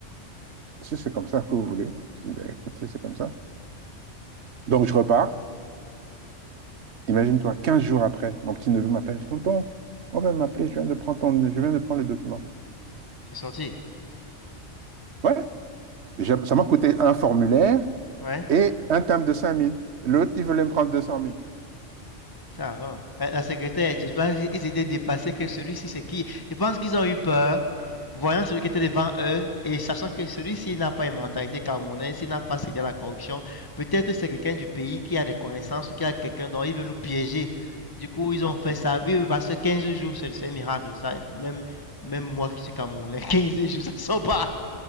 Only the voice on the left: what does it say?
C'est sorti?
Ouais.
Ça va. La secrétaire, je pense qu'ils étaient dépassés que celui-ci, c'est qui. Je pense qu'ils ont eu peur, voyant celui qui était devant eux et sachant que celui-ci n'a pas une mentalité camerounaise, il n'a pas cédé à la corruption. Peut-être c'est quelqu'un du pays qui a des connaissances ou qui a quelqu'un dont il veut nous piéger. Du coup, ils ont fait ça. Oui, oui, parce que 15 jours, c'est un miracle. Ça, même, même moi qui suis camerounais, 15 jours, ça sort pas.